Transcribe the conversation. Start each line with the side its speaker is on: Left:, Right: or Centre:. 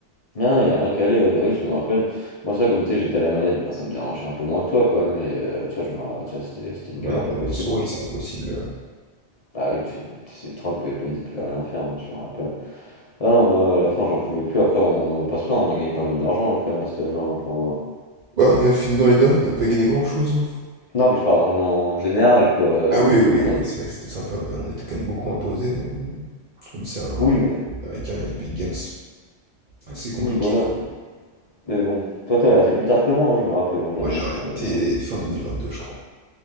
Left: Non, non, y a rien qu'à aller, ouais, bah oui, je me rappelle. Moi, ça, comme tu sais, j'étais à la manette, bah ça me dérangeait un peu moins que toi, quoi, mais euh, toi, je me ra- toi, c'était c'était une galère
Right: Non, non, mais
Left: pas possible.
Right: la souris,
Left: hein.
Right: c'est impossible.
Left: Ah oui, tu, tu sais, trop que pas dit de pouvais rien faire, hein, je me rappelle. Ah non, moi, à la fin, j'en pouvais plus. Après, on, on va pas se plaindre, on a gagné pas mal d'argent, hein, quand même, à cet âge-là, hein, pour. euh,
Right: Ouais, on avait fini dans les derniers, on n'avait pas gagné grand-chose. hein.
Left: Non, mais je parle en, en général, quoi. euh,
Right: Ah oui, oui,
Left: Pour
Right: oui,
Left: notre...
Right: c'est vrai que c'était sympa. bah, on était quand même beaucoup imposés, mais bon, comme c'est un
Left: Oui, mais-
Right: américain, il paye Games. Assez compliqué,
Left: oui, voilà.
Right: quand même.
Left: Mais bon, toi, t'avais arrêté plus tard que moi, hein, je me rappelle. Moi, j'ai
Right: Moi,
Left: un moment,
Right: j'ai arrêté
Left: ça m'avait énervé.
Right: fin 2022 je crois.